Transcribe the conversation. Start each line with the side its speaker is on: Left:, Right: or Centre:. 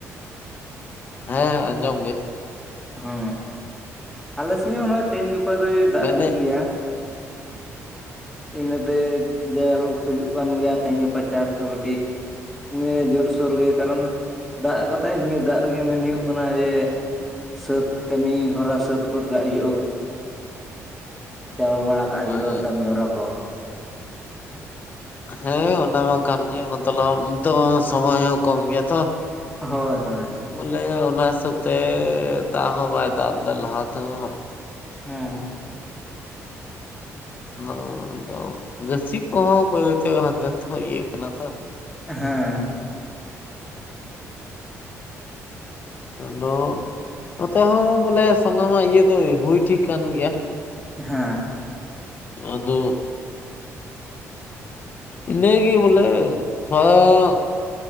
Left: ᱦᱮᱸ ᱟᱸᱡᱚᱢ ᱜᱮ
Centre: ᱚ ᱟᱞᱮ ᱥᱮᱫ ᱦᱚᱸ ᱱᱚᱜᱚᱭ ᱛᱮᱦᱮᱧ ᱜᱟᱯᱟ ᱫᱚᱭ ᱫᱟᱜ
Left: ᱢᱮᱱᱫᱟᱹᱧ
Centre: ᱮ ᱜᱮᱭᱟ᱾ ᱤᱱᱟᱹᱛᱮ ᱡᱟᱭᱦᱳᱠ ᱦᱩᱭᱩᱜ ᱠᱟᱱ ᱜᱮᱭᱟ ᱛᱮᱦᱮᱧ ᱜᱟᱯᱟ ᱪᱟᱥ ᱫᱚ ᱠᱟᱹᱴᱤᱡ ᱱᱤᱭᱟᱹ ᱡᱳᱨᱥᱳᱨ ᱜᱮ ᱠᱟᱨᱚᱱ ᱫᱟᱜ ᱠᱟᱫᱟᱭ ᱱᱤᱭᱟᱹ ᱫᱟᱜ ᱨᱮᱜᱮ ᱢᱮᱱ ᱦᱩᱭᱩᱜ ᱠᱟᱱᱟ ᱡᱮ ᱥᱟᱹᱛ ᱠᱟᱹᱢᱤ ᱦᱚᱨᱟ ᱥᱟᱹᱛ ᱜᱚᱫ ᱠᱟᱜ ᱦᱩᱭᱩᱜᱼᱳ᱾ ᱪᱟᱵᱟ ᱵᱟᱲᱟ ᱠᱟᱜ ᱦᱩᱭᱩᱜᱼᱟ
Left: ᱦᱮᱸ
Centre: ᱠᱟᱹᱢᱤ ᱦᱚᱨᱟ ᱠᱚ᱾
Left: ᱦᱮᱸ ᱚᱱᱟᱢᱟ ᱠᱟᱱ ᱜᱮᱭᱟ ᱢᱚᱛᱞᱚᱵ ᱱᱤᱛᱚᱜ <unintelligible> ᱥᱚᱢᱚᱭ ᱦᱚᱸ ᱠᱚᱢ ᱜᱮᱭᱟ ᱛᱚ᱾
Centre: ᱦᱳᱭ ᱦᱳᱭ᱾
Left: ᱵᱚᱞᱮ ᱚᱱᱟ ᱦᱤᱥᱟᱹᱵ ᱛᱮ ᱫᱟᱜ ᱦᱚᱸ ᱵᱟᱭ ᱫᱟᱜ ᱞᱮᱫᱟ ᱞᱟᱦᱟ ᱛᱮᱦᱚᱸ᱾
Centre: ᱦᱮᱸ᱾
Left: ᱦᱚᱸ ᱟᱫᱚ ᱜᱟᱹᱪᱷᱤ ᱠᱚᱦᱚᱸ <unintelligible> ᱦᱟᱱᱛᱮ ᱱᱟᱛᱮ ᱦᱚᱸ ᱤᱭᱟᱹᱜ ᱠᱟᱱᱟ ᱛᱚ᱾
Centre: ᱦᱮᱸ᱾
Left: ᱟᱫᱚ ᱱᱚᱛᱮ ᱦᱚᱸ ᱵᱚᱞᱮ ᱥᱟᱱᱟᱢᱟᱜ ᱤᱭᱟᱹ ᱫᱚ ᱦᱩᱭ ᱴᱷᱤᱠ ᱠᱟᱱ ᱜᱮᱭᱟ᱾
Centre: ᱦᱮᱸ᱾
Left: ᱟᱫᱚ ᱤᱱᱟᱹ ᱜᱮ ᱵᱚᱞᱮ ᱛᱷᱚᱲᱟ ᱜᱟᱱᱚᱜ